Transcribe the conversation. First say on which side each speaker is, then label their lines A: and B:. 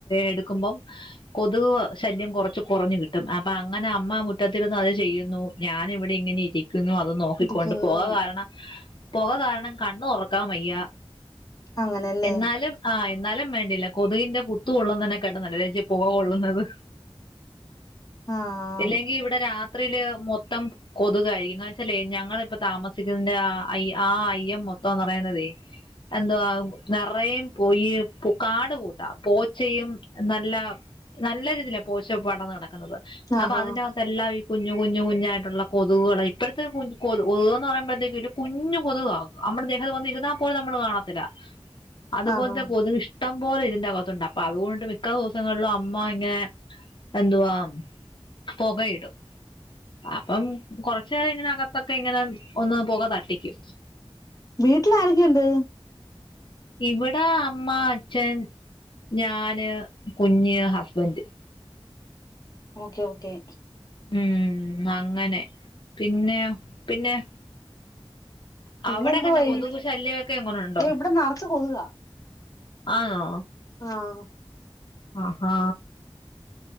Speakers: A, on the left; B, on the left.
A: എടുക്കുമ്പോം കൊതുക് ശല്യം കൊറച്ച് കൊറഞ്ഞ് കിട്ടും അപ്പ അങ്ങനെ- അമ്മ മുറ്റത്തിരുന്ന് അത് ചെയ്യുന്നു ഞാൻ ഇവിടെ ഇങ്ങനെയിരിക്കു - ക്കുന്നു അത് നോക്കിക്കൊണ്ട്
B: ഇരിക്കുന്നു
A: പൊക കാരണം പൊക കാരണം കണ്ണ് തൊറക്കാൻ വയ്യാ
B: അങ്ങനെയല്ലേ
A: എന്നാലും ആ- ന്നാലും വേണ്ടിയേല കൊതുകിന്റെ കുത്ത്കൊള്ളുന്നതിനെക്കാട്ടി നല്ലതാ ഈ പൊക കൊള്ളുന്നത്
B: ആഹ്
A: ഇല്ലെങ്കി ഇവിടെ രാത്രിയില് മൊത്തം കൊതുകായിയിരിക്കും എന്ന് വെച്ചാല് ഞങ്ങള്- ഇപ്പൊ താമസിക്കുന്നതിന്റെ ആ ആ അയ്യം മൊത്തംന്ന് പറയുന്നതേ- എന്താ നെറയും പോയി കാട്- കൂട്ട പോച്ചയും നല്ല നല്ല രീതിയിലാ പോച്ച പടന്നുകാണാൻ -
B: ആഹാ
A: അപ്പൊ അതിനകത്തെല്ലാം ഈ കുഞ്ഞു കുഞ്ഞു കുഞ്ഞു ആയിട്ടുള്ള കൊതുകളാ ഇപ്പഴത്തെ കൊതു- കൊതുന്ന് പറയുമ്പഴത്തേക്കും ഒരു കുഞ്ഞു കൊതുവാവും നമ്മുടെ ദേഹത്ത് വന്ന ഇരുന്നാ പോലും നമ്മള് കാണത്തില്ല അതുപോലത്തെെ
B: ആഹാ
A: കൊതുക് ഇഷ്ടം- ട്ടം പോലെ ഇതിന്റ അകത്തു ഉണ്ട് അപ്പൊ അതുകൊണ്ട് മിക്ക ദെവസങ്ങളിലും അമ്മ ഇങ്ങനെ- എന്തുവാ പൊകയിടും അപ്പം കൊറച്ച് നേരം ഇതിനക - ഒക്കെ ഇങ്ങനെ ഒന്ന് പൊക തട്ടിക്കും
B: വീട്ടിലാരൊക്കെയുണ്ട്
A: ഇവിട അമ്മ അച്ഛൻ ഞാന് കുഞ്ഞ് ഹസ്ബന്ഡ്
B: ഓക്കെ ഓക്കെ
A: ഉം അങ്ങനെ പിന്നെയോ പിന്നെ
B: പിന്നെന്തോ
A: അവിടെ എങ്ങനെ
B: വഴി
A: കൊതുകു ശല്യമൊക്കെ എങ്ങനുണ്ടോ
B: ഇവിടെ നറച്ച് കൊതുകാ
A: ആന്നോ
B: ആഹ്
A: ആഹ് ഹാ